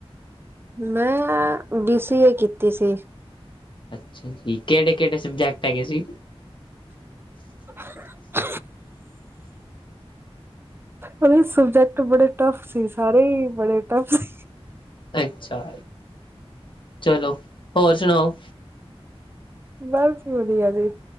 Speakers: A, on the right (about 20°); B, on the left (about 50°).
A: ਮੈਂ ਬੀ ਸੀ ਏ ਕੀਤੀ ਸੀ।
B: ਅੱਛਾ ਜੀ, ਕਿਹੜੇ-ਕਿਹੜੇ ਸਬਜੈਕਟ ਹੈਗੇ ਸੀ?
A: <inaudible> ਉਹਦੇ ਸਬਜੈਕਟ ਬੜੇ ਟਫ ਸੀ, ਸਾਰੇ ਹੀ ਬੜੇ ਟਫ ਸੀ।
B: ਅੱਛਾ, ਚਲੋ ਹੋਰ ਸੁਣਾਓ?
A: ਬਸ ਵਧੀਆ ਜੀ,